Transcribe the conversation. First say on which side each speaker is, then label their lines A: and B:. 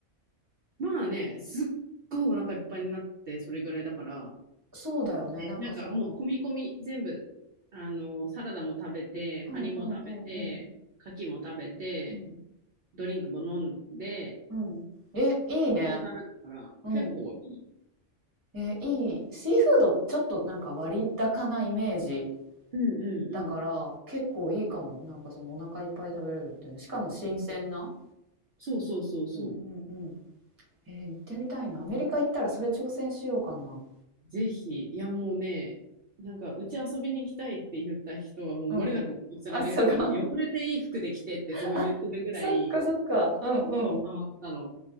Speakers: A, on the right; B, on the right.
A: まあね、すっごいお腹いっぱいになってそれぐらいだから、
B: そうだよね。なんかその、
A: なんかもう込み込み全部、あの、サラダも食べて、
B: うんうんうんうん
A: カニも食べて、牡蠣も食べて、
B: うん
A: ドリンクも飲んで、
B: うん。え、いいね。
A: トータルだから結構いい
B: うん。え、いい。シーフードちょっとなんか割高なイメージ
A: うんうん
B: だから結構いいかも。なんかそのお腹いっぱい食べれるっていうの。しかも新鮮な。
A: うん。うんそうそうそうそう。
B: うんうんうんえー行ってみたいな。アメリカ行ったらそれ挑戦しようかな。
A: ぜひ、いやもうね、なんか、うち遊びに行きたいって言った人はもう漏れなくここ連れてくから、
B: うんあ、そうか。
A: 汚れていい服で着てってすごい言ってるぐらい、
B: <laughs> あ、そっかそっか。うんうん
A: そう、ハマったの。